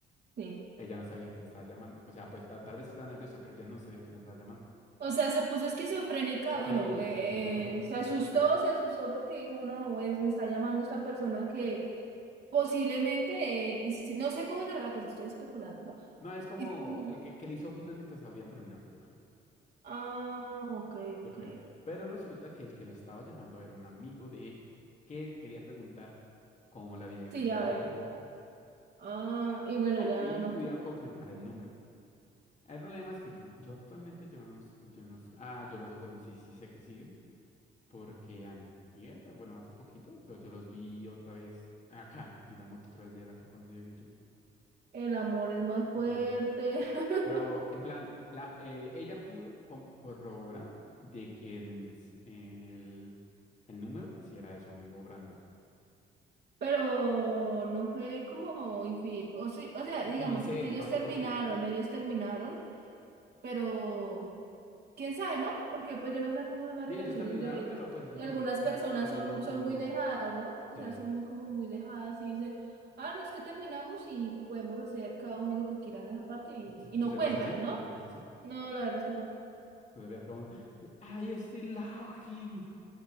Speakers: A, on the right; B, on the left.
A: Sí.
B: Ella no sabía quién le estaba llamando. O sea, pues ta- tal vez estaba nerviosa, pero ella no sabía quién le estaba llamando.
A: O sea, se puso esquizofrénica, bueno,
B: Sí,
A: eh,
B: sí, se puso un poquito
A: eh, se
B: esquizofrénica.
A: asustó, se asustó porque dijo, no, es, me está llamando esta persona que posiblemente, eh, y si- no sé cómo será la cosa, estoy especulando, ¿no?
B: No, es como
A: Y si-
B: el que, que le hizo ojitos mientras habían terminado, yo creo,
A: ah, ok,
B: yo
A: ok.
B: creo. Pero resulta que el que lo estaba llamando era un amigo de ella, que quería preguntar cómo le había ido
A: Sí,
B: en la
A: ya,
B: cirugía
A: ya.
B: de la boca.
A: Ah, y bueno,
B: Co-
A: ya
B: y
A: no
B: pudieron confirmar el número. El problema es que yo, yo actualmente, yo no, s- yo no, s- ah, yo los, bueno, sí, sí sé que siguen, porque antier, bueno, hace poquito, yo yo los vi otra vez acá, vi la moto otra vez de él acá cuando yo llegué yo.
A: El amor es más fuerte.
B: Y yo,
A: <laughs>
B: Pero, en plan, la, eh, ella pudo com- corroborar de que en el, s- el, el número sí era de su amigo Brandon.
A: Pero no fue como infiel. O sí, o sea,
B: Es
A: digamos,
B: que no sé,
A: porque
B: yo
A: ellos
B: tampoco
A: terminaron,
B: sé.
A: ellos terminaron, pero quién sabe, ¿no? Porque pues yo no sé cómo son las
B: Sí,
A: relaciones
B: ellos terminaron,
A: de ellos.
B: pero pues ellos
A: Y
B: rumo-
A: algunas
B: termi-
A: personas
B: terminaron
A: son,
B: por
A: son
B: un rum.
A: muy dejadas, ¿no? O
B: que-
A: sea, son muy, como muy dejadas y dicen, ah, no, es que terminamos y podemos hacer cada uno lo que quiera en esa parte y,
B: ¿Tú,
A: y
B: tú
A: no
B: serías
A: cuentan,
B: así?
A: ¿no?
B: ¿Serías así?
A: No, la verdad es que no.
B: Tú serías como, I still love him.